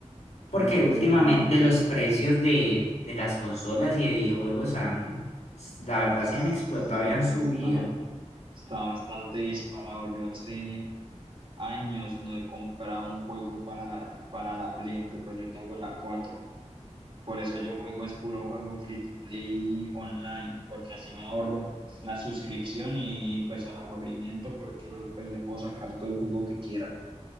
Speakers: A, on the left (about 65°); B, on the right (about 45°).
A: Porque
B: No,
A: últimamente
B: pues ni modo.
A: los precios de, de las consolas y de videojuegos han, la verdad,
B: Sí,
A: se han explotado y han subido.
B: está, está bastante disparado. Yo hace años no he comprado un juego para, para la Play, aunque pues yo tengo la cuatro Por eso yo juego, es puro juego free to play online, porque así me ahorro la suscripción y pues el aburrimiento, porque pues le puedo sacar todo el jugo que quiera.